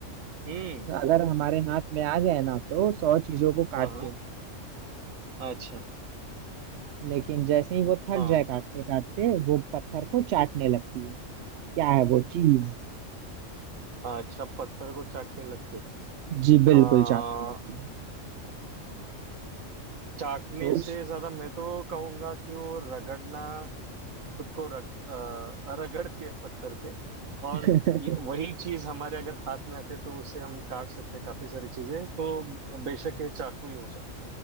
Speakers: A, on the right; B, on the right.
A: हम्म
B: अगर हमारे हाथ में आ जाए ना तो सौ चीजों को काट
A: <laughs> हाँ
B: दे
A: हाँ अच्छा
B: लेकिन जैसे ही वो थक
A: हाँ
B: जाए काटते काटते वो पत्थर को चाटने लगती है क्या है वो चीज
A: अच्छा पत्थर को चाटने लगती
B: जी बिल्कुल
A: हाँ
B: चाटने लगती है
A: चाटने
B: सोच
A: से ज्यादा मैं तो कहूंगा कि वो रगड़ना खुद को रग अ, रगड़ के पत्थर पे और
B: <laughs>
A: ये, वही चीज हमारे अगर हाथ में आते तो उससे हम काट सकते हैं काफी सारी चीजें तो बेशक ये चाकू ही हो